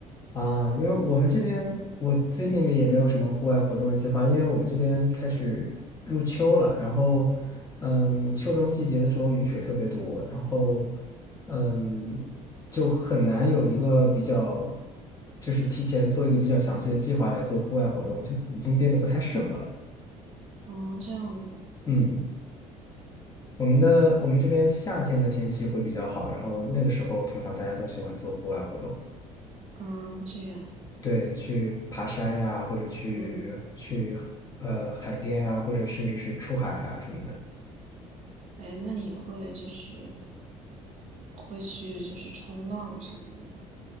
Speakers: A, on the left; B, on the right.
A: 啊，因为我们这边我最近也没有什么户外活动的计划，因为我们这边开始入秋了，然后，嗯，秋冬季节的时候雨水特别多，然后，嗯，就很难有一个比较，就是提前做一个比较详细的计划来做户外活动，就已经变得不太适合了。
B: 嗯，这样子，
A: 嗯，我们的我们这边夏天的天气会比较好，然后那个时候通常大家都喜欢做户外活动。
B: 嗯，这样，
A: 对，去爬山呀、或者去去呃海边呀、
B: 嗯，
A: 或者甚至是出海啊什么的。
B: 哎，那你会就是会去就是冲浪什么的吗？